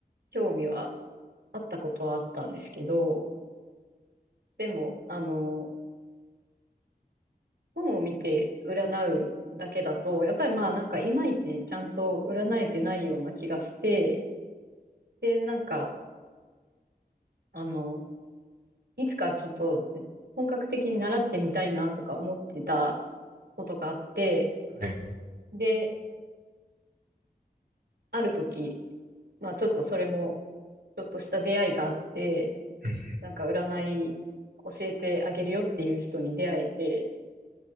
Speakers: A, on the right; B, on the right.
A: 興味はあったことはあったんですけど、でも、あの、本を見て占うだけだと、やっぱりまあ、なんか、いまいちちゃんと占えてないような気がして、で、なんか、あの、いつかちょっと本格的に習ってみたいなとか思ってたことがあって、
B: はい。
A: で、ある時、まあちょっとそれも、ちょっとした出会いがあって、
B: うん
A: なんか占い教えてあげるよっていう人に出会えて、